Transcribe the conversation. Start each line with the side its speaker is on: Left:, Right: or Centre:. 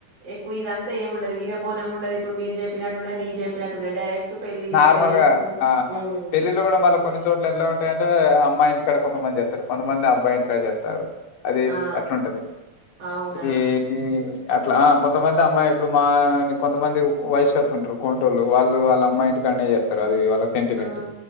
Right: ఎక్కువ ఇదంతా ఏముండదు బోం ఉండదు ఇప్పుడు మీరు చెప్పినట్టుండా నేను చెప్పినట్టుండ డైరెక్ట్ పెళ్లి
Left: నార్మల్గా
Right: ఇట్లా చేస్తారు
Left: ఆ
Right: ఉమ్,
Left: పెళ్ళిళ్ళు కూడా మళ్ళీ కొన్ని చోట్ల ఎట్లా ఉంటాయంటే అమ్ అమ్మాయి ఇంటికాడ కొంతమంది చెప్తారు కొంతమంది అబ్బాయి ఇంటికాడ చెప్తారు అది
Right: ఆ
Left: అట్లా ఉంటది
Right: అవునా
Left: ఈ అట్లా కొంతమంది అమ్మాయి ఇప్పుడు మా కొంతమంది వయస్స్ ఉంటారు కొంటోళ్ వాళ్ళుళ్ళ అమ్మాయి ఇక్కనే చెస్తారు అది వాళ్ళ సెంటిమెంట్
Right: ఆ,